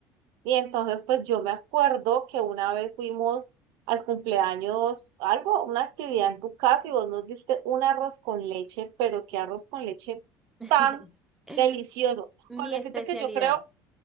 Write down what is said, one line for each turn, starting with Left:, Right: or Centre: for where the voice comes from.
Right: Y entonces, pues yo me acuerdo que una vez fuimos al cumpleaños, algo, una actividad en tu casa y vos nos diste un arroz con leche, pero qué arroz con leche
Centre: <laughs>
Right: tan delicioso.
Centre: Mi
Right: Con decirte
Centre: especialidad.
Right: que yo creo,